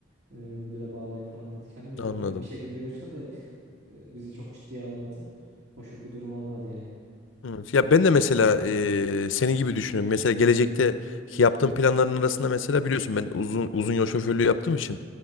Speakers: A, on the right; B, on the left.
A: E, müdüre bağlayın falan dedik. Hani müdürle
B: Anladım.
A: bir şekilde görüştük de e, bizi çok ciddiye almadı. Hoş bir durum olmadı yani.
B: Evet. Ya ben de mesela eee senin gibi düşünüyorum. Mesela gelecekte yaptığım planların arasında mesela biliyorsun ben uzun uzun yol şoförlüğü yaptığım için